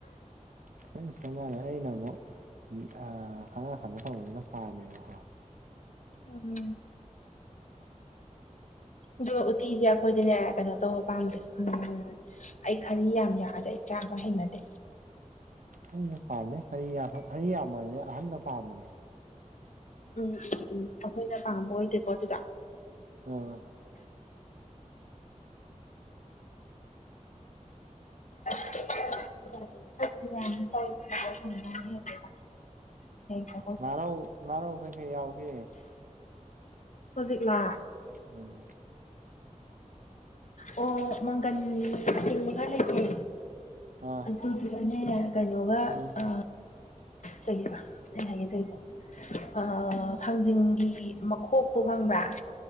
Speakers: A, on the right; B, on the left.
A: ꯈꯤꯇꯪ ꯈꯦꯅꯔꯦ ꯑꯩꯅ ꯑꯃꯨꯛ ꯎꯞ ꯑ ꯈꯔ ꯀꯩꯅꯣ ꯇꯧꯕꯁꯤꯅ ꯄꯥꯝꯃꯦꯕꯀꯣ
B: ꯎꯝ ꯑꯗꯨꯒ ꯎꯇꯤꯁꯦ ꯑꯩꯈꯣꯏꯗꯤꯅꯦ ꯀꯩꯅꯣ ꯇꯧꯕ ꯄꯥꯝꯗꯦ ꯎꯝ ꯑꯩ ꯈꯅꯤ ꯌꯥꯝ ꯌꯥꯗꯦ ꯑꯩ ꯆꯥꯕ ꯍꯩꯅꯗꯦ
A: ꯑꯩꯅ ꯄꯥꯝꯃꯦꯔꯤ ꯌꯥꯝꯕꯅꯦ ꯑꯍꯅ ꯄꯥꯝꯕꯅꯦ
B: ꯎꯝ ꯎꯝ ꯎꯝ ꯑꯩꯈꯣꯏꯅ ꯄꯥꯝꯕ ꯑꯣꯏꯗꯦꯀꯣ ꯑꯗꯨꯗ
A: ꯑꯥ <inaudible>
B: <inaudible> <inaudible>
A: ꯉꯥꯔꯧ ꯉꯥꯔꯧ ꯀꯩꯀꯩ ꯌꯥꯎꯒꯦ
B: ꯍꯧꯖꯤꯛꯂꯥ
A: <unintelligible> ꯑꯝ
B: ꯑꯣ ꯃꯪꯒꯟ ꯑꯇꯤꯡꯕꯒ ꯈꯔ ꯂꯩꯒꯦ
A: ꯑꯥ
B: ꯑꯗꯨꯗꯨꯒꯅꯦ ꯀꯩꯅꯣꯒ
A: ꯎꯝ
B: ꯑ ꯁ ꯀꯩꯕ ꯑꯩꯅ ꯍꯥꯢꯒꯦ ꯇꯩꯁꯦ ꯑ ꯊꯥꯡꯖꯤꯡꯒꯤ ꯃꯈꯣꯛꯇꯣ ꯈꯪꯕ꯭ꯔꯥ